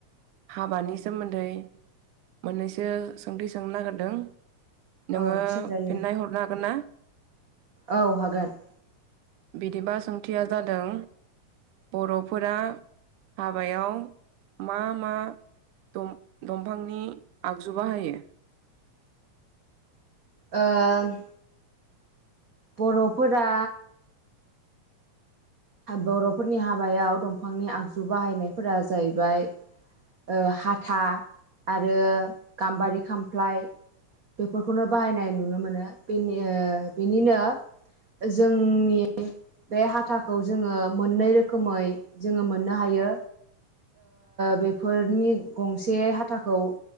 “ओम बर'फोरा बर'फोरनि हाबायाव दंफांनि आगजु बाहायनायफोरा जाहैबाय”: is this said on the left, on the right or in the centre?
Right